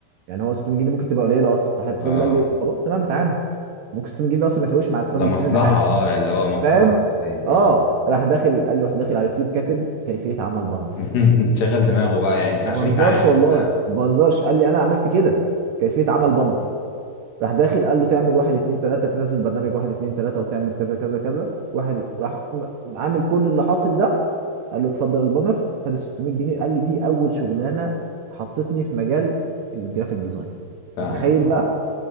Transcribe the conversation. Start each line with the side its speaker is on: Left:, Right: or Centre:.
Right: يعني هو 600 جنيه ممكن تبقى قليله اصلا راح الراجل
Left: اه آه.
Right: قال له إيه؟ خلاص تمام اتعامل ممكن 600 جنيه ده اصلا ما يفرقوش مع الراجل
Left: ده مصلحه
Right: التاني ده حاجه
Left: اه اللي هو مصلحه
Right: فاهم
Left: حرفيا
Right: اه
Left: اه
Right: راح داخل قال لي رحت داخل على اليوتيوب كاتب كيفيه عمل بانر
Left: <laughs> شغل دماغه بقى يعني
Right: ما
Left: عشان
Right: بهزرش
Left: يتعامل
Right: والله
Left: فاهم
Right: ما بهزرش قال لي انا عملت كده كيفيه
Left: مم.
Right: عمل بانر راح داخل قال له تعمل واحد اتنين تلاته تنزل برنامج واحد اتنين تلاته وتعمل كذا كذا كذا واحد راح م- عامل كل اللي حاصل ده قال له اتفضل البانر خد ال 600 جنيه قال لي دي اول شغلانه حطتني في مجال الجرافيك ديزاين
Left: فاهمك
Right: متخيل
Left: اه
Right: بقى